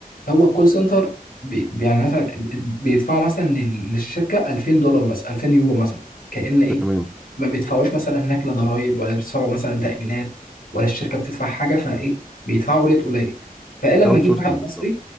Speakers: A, on the left; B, in the centre.
A: هو الكول سنتر بي يعني مثلا بيدفعوا مثلا لل- للشركه 2000 دولار مثلا 2000 يورو مثلا كأن ايه
B: تمام
A: ما بيدفعوش مثلا هناك لا ضرايب ولا بيدفعوا مثلا تأمينات ولا الشركه بتدفع حاجه فايه بيدفعوا ريت قليل فايه لما
B: اوت
A: اجيب
B: سورسنج
A: واحد مصري
B: بالظبط